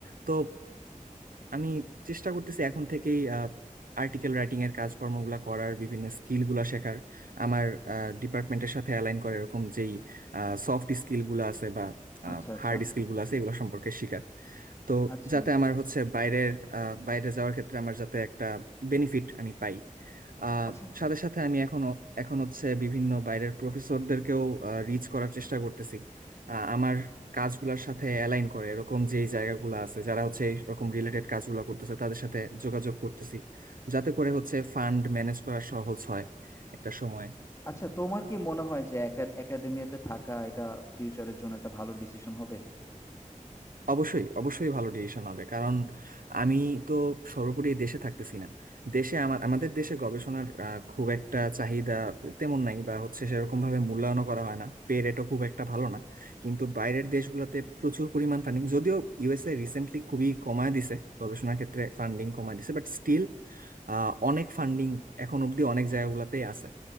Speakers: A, on the right; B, on the left.
A: তো আমি চেষ্টা করতেছি এখন থেকেই আর্টিকেল রাইটিং এর কাজকর্মগুলো করার বিভিন্ন স্কিলগুলো শেখার আমার ডিপার্টমেন্টের সাথে অ্যালাইন করে এরকম যেই সফট স্কিল গুলো আছে বা
B: আচ্ছা আচ্ছা
A: হার্ড স্কিল গুলো আছে এগুলো সম্পর্কে শিখার তো
B: আচ্ছা
A: যাতে আমার হচ্ছে বাইরের আহ, বাইরে যাওয়ার ক্ষেত্রে আমার যাতে একটা বেনিফিট আমি পাই আহ,
B: আচ্ছা আচ্ছা
A: সাথে সাথে আমি এখন এখন হচ্ছে বিভিন্ন বাইরের প্রফেসরদেরকেও রিচ করার চেষ্টা করতেছি আহ, আমার কাজগুলোর সাথে অ্যালাইন করে এরকম যেই জায়গাগুলো আছে যারা হচ্ছে এরকম রিলেটেড কাজগুলো করতেছে তাদের সাথে যোগাযোগ করতেছি যাতে করে হচ্ছে ফান্ড ম্যানেজ করা সহজ হয় একটা সময়
B: আচ্ছা তোমার কি মনে হয় যে একা একাডেমিয়াতে থাকা এটা ফিউচারের জন্য একটা ভালো ডিসিশন হবে
A: অবশ্যই অবশ্যই ভালো ডিসিশন হবে কারণ আমি তো সর্বোপরি এই দেশে থাকতেছি না দেশে আমার আমাদের দেশে গবেষণার আহ, খুব একটা চাহিদা তেমন নাই বা হচ্ছে সেরকম ভাবে মূল্যায়নও করা হয় না পে রেটও খুব একটা ভালো না কিন্তু বাইরের দেশগুলোতে প্রচুর পরিমাণ ফান্ডিং যদিও ইউএসএ রিসেন্টলি খুবই কমায় দিছে গবেষণার ক্ষেত্রে ফান্ডিং কমায় দিছে বাট স্টিল অনেক ফান্ডিং এখন অবধি অনেক জায়গাগুলোতেই আছে